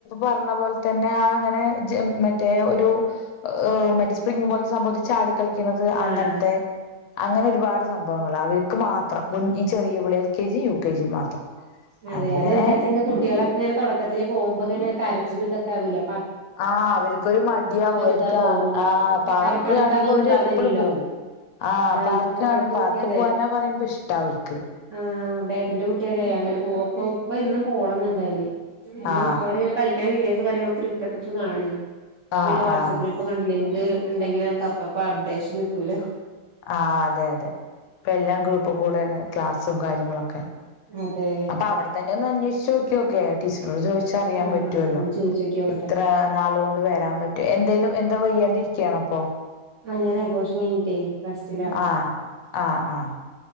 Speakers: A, on the left; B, on the right.
A: പറഞ്ഞ പോലെ തന്നെ ആ അങ്ങനെ മറ്റേ ഒരു മറ്റേ സ്പ്രിംഗ്‌ പോലത്തെ സംഭവത്തിൽ ചാടി കളിക്കുന്നത് അങ്ങനത്തെ
B: ആഹ്
A: അങ്ങനെ ഒരുപാട് സം ഭവങ്ങൾ അവർക്ക് മാത്രം ഈ ചെറിയപിള്ളേർക്ക് L K G U K G മാത്രം
B: അതെ
A: അവരിങ്ങനെ
B: അതെന്താച്ചാങ്ങ് കുട്ടികളൊക്കെ ഇങ്ങെനെ തുടക്കത്തിലേ പോവുമ്പോ ഇങ്ങനെ കരച്ചിലും തൊക്കെ ആവോലോ
A: ആഹ് അവർക്കൊരു മടിയാവും അവർക്ക്
B: ഇതാ തോന്നുണു
A: ആ ആ പാർക്ക്
B: കാരണം പണ്ട്
A: കാണുമ്പോ
B: അതൊന്നും
A: അവര്
B: ഉണ്ടാർന്നില്ലല്ലോ
A: എപ്പളും പോകും ആഹ് പാർക്ക്
B: ഇപ്പൊ ഇവിടത്തെ
A: കാണുമ്പ
B: കുട്ടി
A: പാർക്ക്
B: അതെ
A: പോവാനാ പറയുമ്പോ ഇഷ്ട് ഓൽക്ക്
B: ആഹ് ഇവിടെ ഏട്ടന്റെ കുട്ടി അതെ അങ്ങനെ പോവും ഇപ്പ എന്നും പോണംന്നുണ്ടായിനി കാരണം
A: ആ
B: അവരിങ്ങനെ കളിക്കാൻ വി <unintelligible> ഗ്രൂപ്പിലൊക്കെ കാണേ
A: ആ
B: പിന്നെ വാട്സആപ്പ്
A: ആ
B: ഗ്രൂപ്പ് കണ്ടില്ലേന്ന് ഉണ്ടെങ്കില് നമ്മക്ക് അപ്പപ്പൊ അപ്ഡേഷൻ കിട്ടൂലോ
A: ആഹ് അതെ അതെ ഇപ്പ എല്ലാം ഗ്രൂപ്പ്ക്കൂടെയാണ് ക്ലാസ്സും കാര്യങ്ങളൊക്കെ
B: അതേ
A: പ്പ അവിടെത്തന്നെ ഒന്ന് അന്വേഷിച്ച് നോക്കിയോക്കെ ടീച്ചറോട് ചോ ച്ചറിയാൻ
B: ആഹ്
A: പറ്റുവല്ലോ
B: ചോയിച്ചോക്കിയോക്കട്ടെ
A: ഇത്ര നാളു കൊണ്ട് വരാൻ പറ്റും എന്തേലും എന്താ വയ്യണ്ടിരി ഒക്കെയാണപ്പോ
B: ആഹ് ഞാനാ അബോർഷൻ കഴിഞ്ഞിട്ടേ റെസ്റ്റിലാ
A: ആഹ് ആഹ് ആഹ്